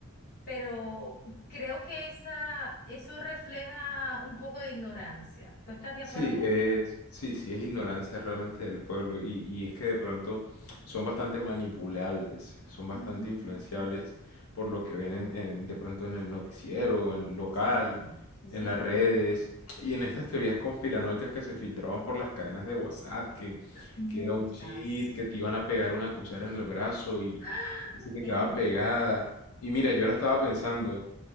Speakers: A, on the left (about 45°); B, on the left (about 75°).
A: pero creo que esa, eso refleja un poco de ignorancia. ¿Tú estás de acuerdo
B: Sí,
A: conmigo?
B: es, sí, sí, es ignorancia realmente del pueblo y, y es que de pronto son bastante manipulables, son bastante
A: Ujú.
B: influenciables por lo que ven en, en- de pronto en el noticiero, en el local,
A: Sí, señor. Sí, señor.
B: en las redes y en estas teorías conspiranoicas que se filtraban por las cadenas de WhatsApp, que,
A: Muchas.
B: que era un cheat, que te iban a pegar una cuchara en el brazo y,
A: ¡Ah!
B: y se te quedaba
A: Eh,
B: pegada. Y mira, yo ahora estaba pensando,